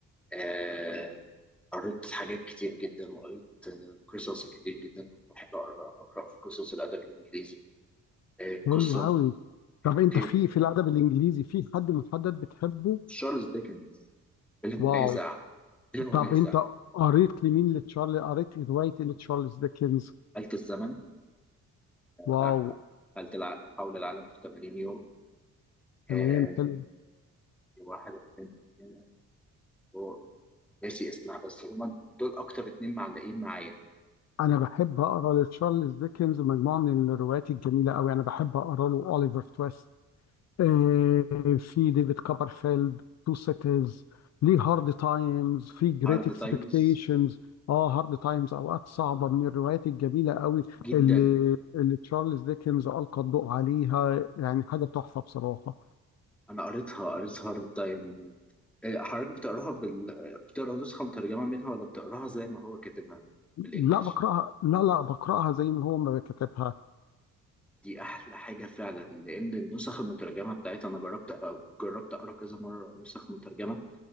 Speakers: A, in the centre; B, on the left.
A: آه، قريت حاجات كتير جدا وقريت آه، قصص كتير جدا كنت بحب أقرأ أقرأ في قصص الأدب الإنجليزي آه،
B: حلو
A: قصة
B: قوي طب
A: آه،
B: انت
A: في
B: في في الادب الانجليزي في حد محدد بتحبه
A: تشارلز ديكنز بلا
B: واو
A: منازع بلا منازع
B: طب انت قريت لمين لتشارلي قريت روايه لتشارلز ديكنز
A: آلة الزمن
B: واو
A: آه، آلة الع- حول العالم في 80 يوم آه،
B: تمام حلو
A: واحدة تانية، هو ناسي اسمها بس هما دول أكتر اتنين معلقين معايا
B: انا بحب اقرا لتشارلز ديكنز مجموعه من الروايات الجميله قوي انا بحب اقرا له اوليفر تويست آه، في ديفيد كوبرفيلد تو سيتيز ليه هارد تايمز في جريت
A: هارد
B: اكسبكتيشنز
A: تايمز
B: اه هارد تايمز اوقات صعبه من الروايات الجميله قوي
A: جدا
B: اللي اللي تشارلز ديكنز القى الضوء عليها يعني حاجه تحفه بصراحه
A: انا قريتها قريتها هارد تايم إيه، حضرتك بتقراها بال... بتقرا نسخه مترجمه منها ولا بتقراها زي ما هو كاتبها بالانجلش
B: لا بقراها لا لا بقراها زي ما هو ما كتبها
A: دي احلى حاجه فعلا لان النسخ المترجمه بتاعتها انا جربت أ- جربت اقرا كذا مره نسخ مترجمه